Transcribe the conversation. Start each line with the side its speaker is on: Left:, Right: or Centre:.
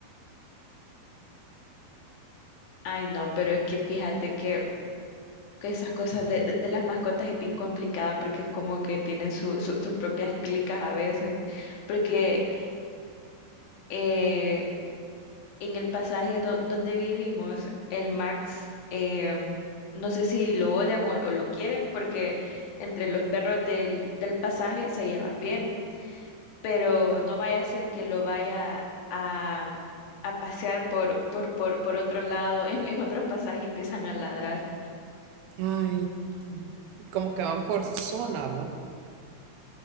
Left: Ay, no, pero es que fíjate que que esas cosas de, de- de las mascotas es bien complicada porque es como que tienen su- su- sus propias clicas a veces. Porque eh, en el pasaje do- donde vivimos, el Max, eh, no sé si lo odian o, lo lo quieren porque entre los perros del, del pasaje se llevan bien, pero no vaya a ser que lo vaya a, a pasear por, por, por, por otro lado, <laughs> en, en otro pasaje y empiezan a ladrar.
Right: Ay. como que van por zona, vos.